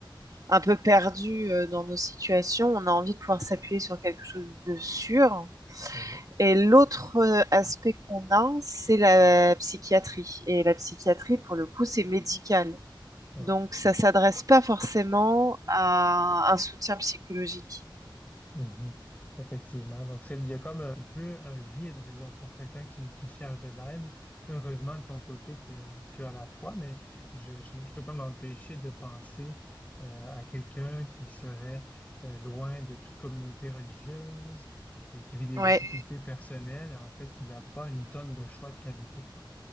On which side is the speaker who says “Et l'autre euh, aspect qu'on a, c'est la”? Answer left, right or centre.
Right